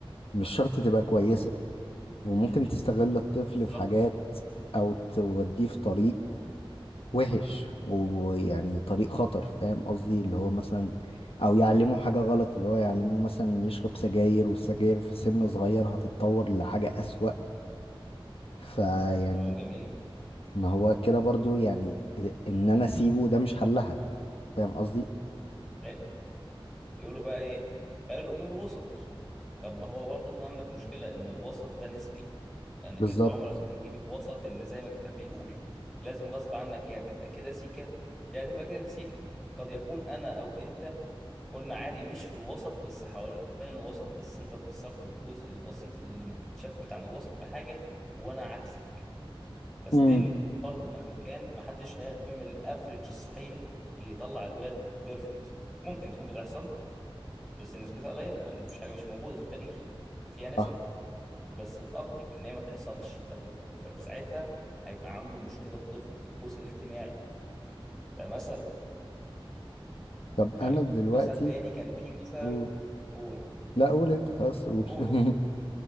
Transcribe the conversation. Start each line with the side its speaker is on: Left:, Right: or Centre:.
Left: مش شرط تبقى كويسة وممكن تستغل الطفل
Centre: بالظبط
Left: في حاجات أو توديه في طريق وحش ويعني طريق خطر فاهم قصدي اللي هو مثلا او يعلمه حاجة غلط اللي هو يعلمه مثلا يشرب سجاير والسجاير في سن صغير هتتطور لحاجة أسوأ فيعني
Centre: تمام جميل
Left: ما هو كده برضو يعني ان انا اسيبه ده مش حلها فاهم قصدي
Centre: حلو. بيقولوا بقى ايه خير الامور الوسط طب ما هو برضه عندك مشكلة ان الوسط ده نسبي لانك
Left: بالظبط
Centre: انت عمرك ما هتجيب الوسط اللي زي ما الكتاب بيقول لازم غصب عنك يا هتبقى كده سيكة يا هتبقى كده سيكة قد يكون انا او انت كنا عادي مش في الوسط بس حوالين الوسط بس انت اتأثرت بالجزء البسيط اللي متشفت عن الوسط بحاجة وانا عكسك فستيل
Left: امم
Centre: برضه مهما كان محدش هيعمل الافريج الصحيح اللي يطلع الواد بيرفكت ممكن تكون بتحصل بس نسبتها قليلة لأن مفيش حاجة مش موجودة في التاريخ فيها نسب
Left: صح
Centre: بس الأقرب إن هي ما تحصلش فب... فساعتها هيبقى عنده مشكلة الطفل في الجزء الاجتماعي ده مثل
Left: طب
Centre: آه
Left: انا دلوقتي
Centre: مثل تاني كان فيه مثلا
Left: قول
Centre: قول
Left: لا قول انت خلاص قول
Centre: قول
Left: <laughs>
Centre: قول